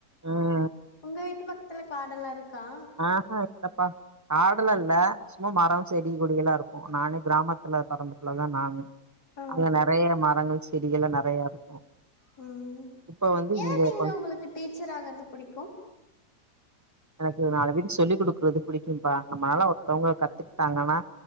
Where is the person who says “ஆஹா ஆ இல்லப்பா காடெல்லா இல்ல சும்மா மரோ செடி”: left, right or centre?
Right